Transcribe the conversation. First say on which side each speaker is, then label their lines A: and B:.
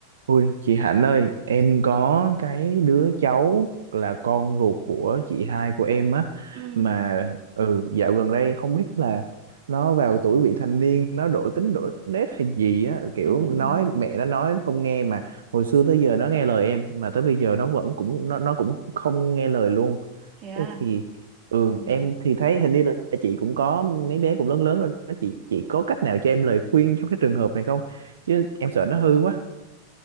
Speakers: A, on the right; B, on the right.
A: Ôi, chị Hạnh ơi, em có cái đứa cháu là con ruột của chị hai của em á
B: ừ
A: mà ừ dạo gần đây không biết là nó vào tuổi vị thành niên nó đổi tính đổi nết hay gì á kiểu
B: ừ <laughs>
A: nói mẹ nó nói nó không nghe mà hồi xưa tới giờ nó nghe lời em mà tới bây giờ nó vẫn cũng nó nó cũng không nghe lời luôn
B: thế à
A: Thế thì ừ
B: ừ.
A: em thì thấy hình như là chị cũng có mấy bé cũng lớn lớn rồi đó chị chị có cách nào cho em lời khuyên trong cái trường hợp này không chứ em sợ nó hư quá